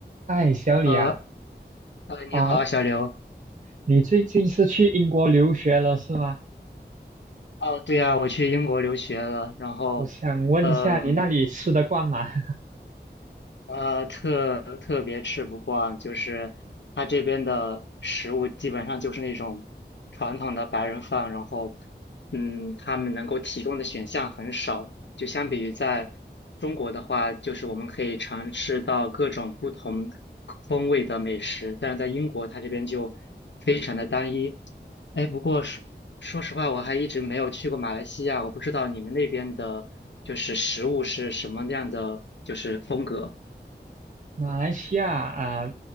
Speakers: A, on the right; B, on the left.
A: 哎，小李啊，
B: 呃呃，你好，
A: 啊、
B: 小刘。
A: 你最近是去英国留学了是吗？
B: 哦，对呀，我去英国留学了，然后，
A: 我想问一下，
B: 嗯、
A: 你那里吃得惯吗？<laughs>
B: 呃，特特别吃不惯，就是他这边的食物基本上就是那种传统的白人饭，然后，嗯，他们能够提供的选项很少，就相比于在中国的话，就是我们可以尝试到各种不同风味的美食，但是在英国，它这边就非常的单一。哎，不过说说实话，我还一直没有去过马来西亚，我不知道你们那边的，就是食物是什么样的，就是风格。
A: 马来西亚啊、